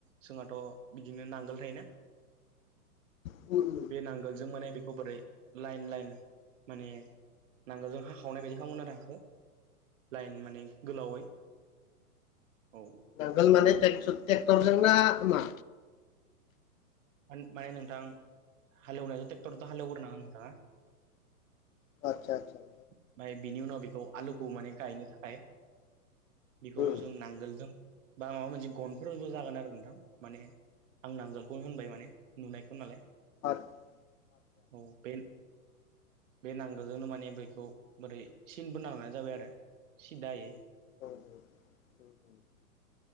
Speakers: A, on the right; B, on the left.
A: जोंहाथ' बिदिनो नांगोल थायोना
B: बुंनो
A: बे नांगोलजों माने बेखौ बोरै लाइन लाइन माने नांगोलजों हाखावनाय बायदि खालाम गोन आरो हाखो लाइन माने गोलावै औ
B: नांगोल माने टेक ट्रेक्टरजोंना मा।
A: मान माने नोंथां हालेवनायजों ट्रेक्टरथ' हालेवग्रो नाङा नोंथाङा।
B: आथसा आथसा।
A: ओमफाय बिनि उनाव बेखौ आलुखौ माने गायनो थाखाय बेखौ
B: उम
A: जों नांगोलजों बा माबा मोनसे गनफोरबो जागोन आरो नोंथां माने आं नांगोलखौनो होनबाय माने नुनायखौ नालाय
B: आतसा
A: औ बे बे नांगोलजोंनो माने बेखौ बोरै सिन बोनो हानाय जाबाय आरो सिदायै
B: औ औ औ औ।